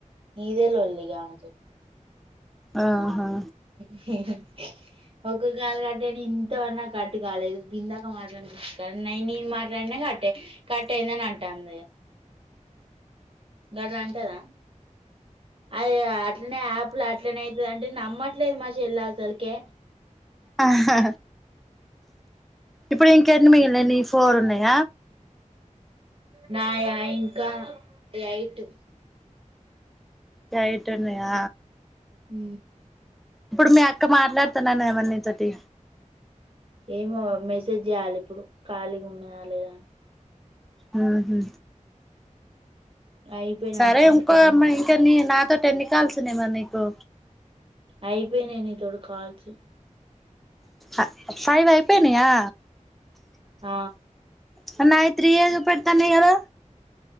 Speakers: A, on the right (about 45°); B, in the centre.
A: ఇదే లోల్లి ఆమెతోటి.
B: ఆహా!
A: <unintelligible> ఒక్క కాల్ కట్టని ఇంతవరకు నాకు కట్టు కాలేదు బిందాక మాట్లాడ న నేను మాట్లాడిన ఎగట్టే కట్ ఐందని అంటాంది ఇగ గడ్ల అంటదా అది అట్లనే ఆపుల్ అట్లనే ఐతదం టే నమ్మట్లేద్ మా షెల్ల అసల్ కే
B: ఆహ్ హ హా ఇప్పుడు ఇంకెన్ని మిగిలిన నీయి ఫోర్ ఉన్నయ
A: నాయా ఇంకా యైటు
B: యైటున్నయా
A: ఊ
B: ఇప్పుడు మీ అక్క మాట్లాడతన్ననదిగా నీతోటి
A: ఏమో మెసేజ్ చేయాలి ఇప్పుడు ఖాళీగా ఉన్నదా లేదా అని
B: ఊహు
A: అయిపోయినా
B: సరే,
A: అనుకుంటా
B: ఇంకో
A: టైం
B: అమ్మాయి. ఇంకెన్ని నాతోటి ఎన్ని కాల్స్ ఉన్నయ్ మరి నీకు?
A: అయిపోయినయి నీతోటి కాల్స్?
B: ఆ, ఫైవ్ అయిపోయినయా?
A: ఆ.
B: మరి నాయి త్రీ ఏ చూపెడుతున్నాయ్ కదా?